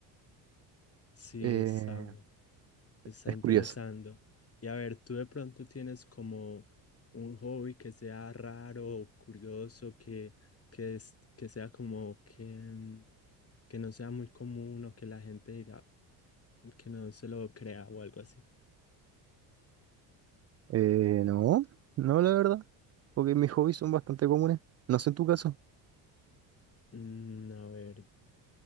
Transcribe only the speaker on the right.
Eh,
es
curioso.
Eh, no, no, la verdad. Porque mis hobbies son bastante comunes. No sé en tu caso.